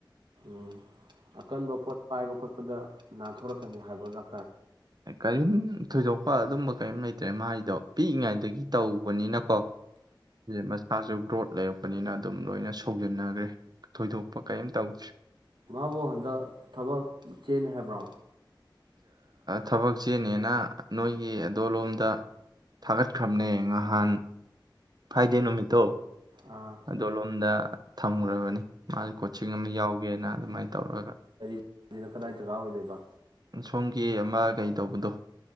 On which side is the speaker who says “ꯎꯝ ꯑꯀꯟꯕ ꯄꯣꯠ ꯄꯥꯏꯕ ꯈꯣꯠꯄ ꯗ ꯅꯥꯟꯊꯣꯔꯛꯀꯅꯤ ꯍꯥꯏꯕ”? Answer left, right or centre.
Right